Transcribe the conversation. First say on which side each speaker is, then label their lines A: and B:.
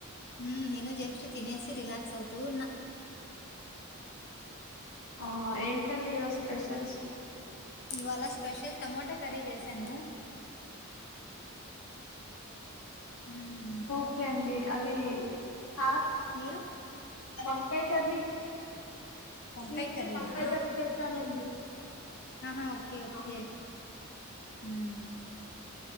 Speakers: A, on the left; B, on the left.
A: ఉమ్ నేను జస్ట్ తినేసి రిలాక్స్ అవుతూ ఉన్నా
B: ఆ ఏంటండి ఈరోజ స్పెషల్స్
A: ఇవాళ స్పెషల్ టమోటా కర్రీ చేసాను ఉమ్
B: ఓకే అండి అది ఆ
A: మీరు
B: వంకాయి కర్రీ
A: వంకాయ
B: నేను ఈ
A: కర్రీనా
B: రోజు వంకాయి కర్రీ చేశానండి
A: ఆహా ఓకే ఓకే
B: అవునండి
A: హుమ్